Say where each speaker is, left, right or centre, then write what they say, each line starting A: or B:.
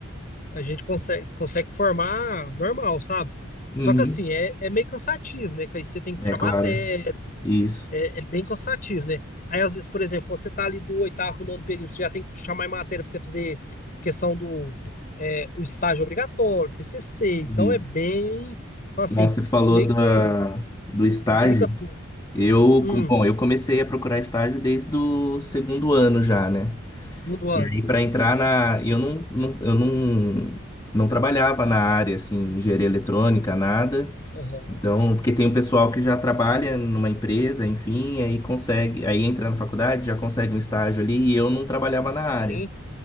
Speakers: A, on the left; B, on the left.
A: a gente consegue, consegue formar normal, sabe?
B: Uhum.
A: Só que assim, é, é meio cansativo, né? Que aí você tem que puxar
B: É claro.
A: matéria,
B: Isso,
A: é, é bem cansativo, né? Aí, às vezes, por exemplo, quando você tá ali do oitavo pro nono período, você já tem que puxar mais matéria pra você fazer questão do é, o estágio obrigatório, TCC. Então
B: isso.
A: é bem, fala assim,
B: Nossa, você falou
A: meio
B: da,
A: que
B: do estágio.
A: complica tudo.
B: Eu,
A: Hum,
B: com- bom, eu comecei a procurar estágio desde o segundo ano já, né?
A: segundo ano.
B: E aí, para entrar na. Eu não, não- eu não, não trabalhava na área, assim, engenharia eletrônica, nada.
A: Aham,
B: Então, porque tem um pessoal que já trabalha numa empresa, enfim, aí consegue, aí entra na faculdade, já consegue um estágio ali, e eu não trabalhava na área.
A: sim.